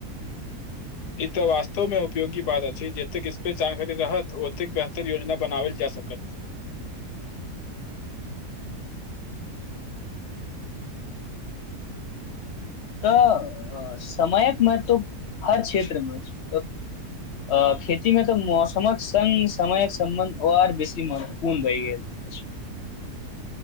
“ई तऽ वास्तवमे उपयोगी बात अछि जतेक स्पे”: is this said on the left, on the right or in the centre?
Left